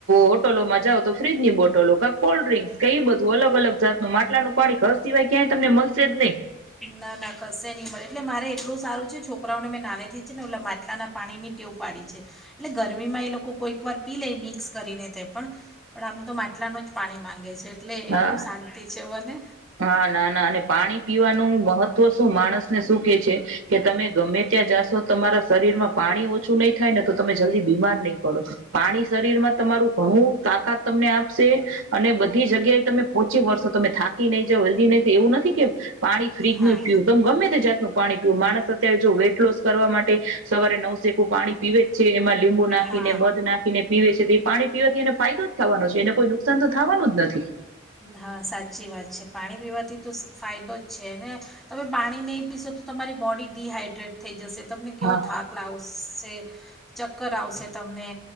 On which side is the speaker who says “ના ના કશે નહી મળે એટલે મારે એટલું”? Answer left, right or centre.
Centre